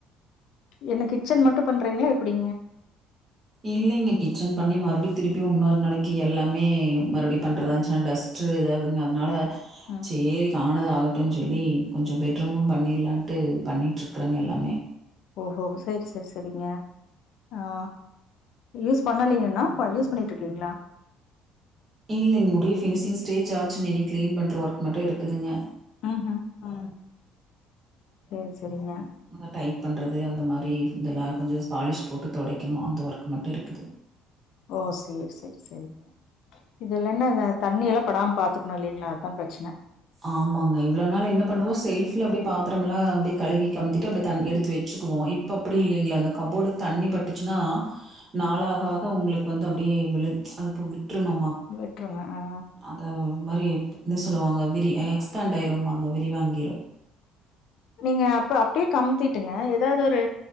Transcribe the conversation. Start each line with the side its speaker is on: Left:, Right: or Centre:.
Left: என்ன கிச்சன் மட்டு பண்றீங்களா எப்டி
Right: இல்லிங்க கிச்சன் பண்ணி மறுடியு திருப்பியு இன்னொர் நாளைக்கு எல்லாமே மறுபடி பண்றதா இருந்துச்சுன்னா டஸ்ட் ட்ரு எதாது அதனால
Left: ம்
Right: சேரி ஆனது ஆகட்டுன் சொல்லி கொஞ்ச பெட்ரூமு பண்ணிடலான்ட்டு பண்ணிட்டுருக்குறங்க எல்லாமே
Left: ஓஹோ சேரி சேரி சேரிங்க ஆ யூஸ் பண்ணலீங்கன்னா யூஸ் பண்ணிட்டு இருக்கீங்களா
Right: இல்லிங்க முடிய ஃபினிஷிங் ஸ்டேஜ் ஆச்சுங்க இனி கிளீன் பண்ற ஒர்க் மட்டு இருக்குதுங்க
Left: ம்ஹு ம் சேரி சேரிங்க
Right: நல்லா டைட் பண்றது அந்த மாரி இதெல்லா கொஞ்சோ பாலிஷ் போட்டு தொடைக்கணு அந்த ஒர்க் மட்டு இருக்குது
Left: ஓ சேரி சேரி செரிங்க இதுல்ல என்ன தண்ணி எல்லா படாம பாத்துக்கணு இல்லைங்களா அதா பிரச்சன
Right: ஆமாங்க இவ்ள நாள் என்ன பண்ணுவோ செல்ஃப்ல்ல அப்டே பாத்தரமெல்லா அப்டியே கழுவி கமித்திட்டு அப்டி தண் எடுத்து வச் வச்சுக்குவோ இப்ப அப்டி
Left: ம்
Right: இல்லைங்களா அந்த கபோர்டு தண்ணி பட்டுச்சுன்னா நாள் ஆக ஆக உங்களுக்கு வந்து அப்டியே விழு அப்டியே அ விட்றுனு
Left: விட்ருங்க அ
Right: அந்த மாரி என்ன சொல்லுவாங்க விரி எக்ஸ்பேண்ட் ஆயிரும்பாங்க விரி வாங்கிரு
Left: நீங்க அப்ப அப்டியே கமித்திட்டுங்க எதாவது ஒரு